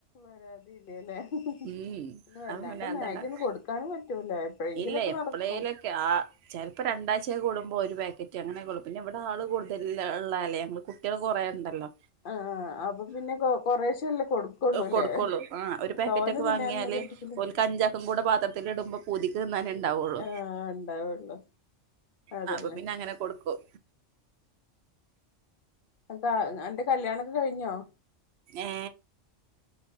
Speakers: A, on the left (about 50°); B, on the right (about 65°).
A: പരാതി ഇല്ലേല്ലേ പിന്നെ
B: ഉം
A: വല്ലാണ്ട്
B: അപ്പൊ പിന്നെ അതുണ്ടാക്കും
A: മാഗി ന്ന് കൊടുക്കാനും പറ്റൂല എപ്പോഴെങ്കിലും
B: ഇല്ല
A: ഒക്കെ
B: എപ്പോഴേലൊക്കെ
A: നടക്കും.
B: ആ ചിലപ്പോ രണ്ടാഴ്ച കൂടുമ്പോ ഒരു പാക്കറ്റ് അങ്ങനെക്കെ ഉള്ളൂ പിന്നെ ഇവിടെ ആൾ കൂടുതൽ ഇ ഉള്ളാലേ കുട്ടികൾ കുറേ ഉണ്ടല്ലോ.
A: ആഹ് അപ്പൊ പിന്നെ കൊ കൊറശേല്ലേ കൊടുക്കുള്ളൂല്ലേ.
B: കൊടുക്കുള്ളൂ ആ ഒരു പാക്കറ്റ്
A: തോനെ
B: ഒക്കെ
A: തിന്നാനൊന്നും
B: വാങ്ങിയാല്
A: കിട്ടി ഇല്ല..
B: ഓൽക്ക് അഞ്ചാക്കും കൂടെ പാത്രത്തിലിടുമ്പോ പൂതിക്ക് തിന്നാനേ ഇണ്ടാവുള്ളു.
A: ആഹ് ഉണ്ടാവുള്ളു അതന്നെ
B: ആഹ് അപ്പൊ പിന്നെ അങ്ങനെ കൊടുക്കും.
A: അന്റെ അന്റെ കല്യാണൊക്കെ കഴിഞ്ഞോ?
B: ഏ